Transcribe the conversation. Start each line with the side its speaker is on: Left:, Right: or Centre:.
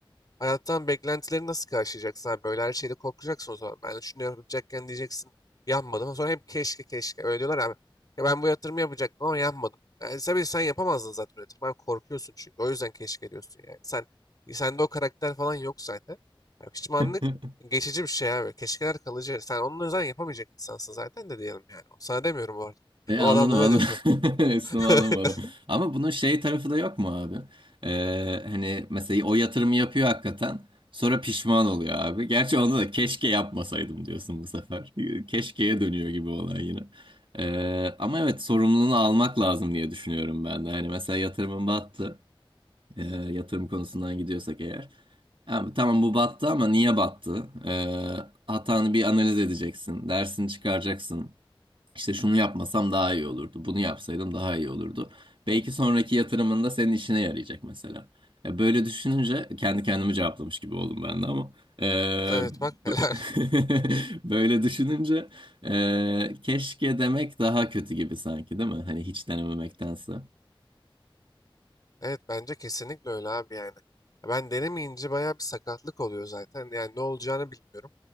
Left: Hayattan beklentileri nasıl karşılayacaksın abi? Böyle her şeyde korkacaksın o zaman. Ben şunu yapacakken diyeceksin yapmadım. Sonra hep keşke keşke. Öyle diyorlar abi. Ya ben bu yatırımı yapacaktım ama yapmadım. Yani tabii sen yapamazdın zaten o yatırımı. Abi korkuyorsun çünkü. O yüzden keşke diyorsun yani. Sen, sende o karakter falan yok zaten. Ya pişmanlık
Right: <laughs>
Left: geçici bir şey abi. Keşkeler kalıcı. Sen onun yüzden yapamayacak insansın zaten de diyelim yani. Sana demiyorum bu arada.
Right: E,
Left: O
Right: anladım
Left: adamlara
Right: anladım.
Left: diyorum.
Right: <laughs> Üstüme alınmadım.
Left: <laughs>
Right: Ama bunun şey tarafı da yok mu abi? E, hani mesela o yatırımı yapıyor hakikaten. Sonra pişman oluyor abi. Gerçi onda da keşke yapmasaydım diyorsun bu sefer. <laughs> Keşkeye dönüyor gibi olay yine. E, ama evet sorumluluğunu almak lazım diye düşünüyorum ben de. Hani mesela yatırımın battı. E, yatırım konusundan gidiyorsak eğer. Ya, tamam bu battı ama niye battı? Ee, hatanı bir analiz edeceksin. Dersini çıkaracaksın. İşte şunu yapmasam daha iyi olurdu. Bunu yapsaydım daha iyi olurdu. Belki sonraki yatırımında senin işine yarayacak mesela. Ya, böyle düşününce kendi kendimi cevaplamış gibi oldum ben de ama. Ee,
Left: Evet bak helal.
Right: bö- <laughs> böyle düşününce ee, keşke demek daha kötü gibi sanki değil mi? Hani hiç denememektense. Hı
Left: Evet bence kesinlikle öyle abi yani. Ya Ben denemeyince bayağı bir sakatlık oluyor zaten. Yani ne olacağını bilmiyorum.